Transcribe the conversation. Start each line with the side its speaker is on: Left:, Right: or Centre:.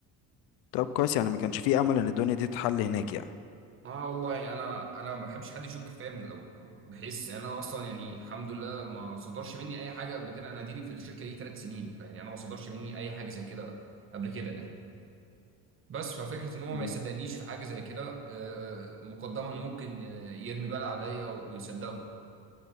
Left: طب كويس يعني ما كانش فيه امل ان الدنيا دي تتحل هناك يعني
Right: اه والله انا انا ما بحبش حد يشك فيا من الاول بحيث انا اصلا يعني الحمد لله ما صدرش مني اي حاجه قبل كده انا ديري في الشركه دي ثلاث سنين يعني انا ما صدرش مني اي حاجه زي كده قبل كده يعني بس ففكرة ان هو
Left: مم.
Right: ما يصدقنيش في حاجة زي كده آه، آه، مقدما ممكن يرمي بلا عليا ويصدقه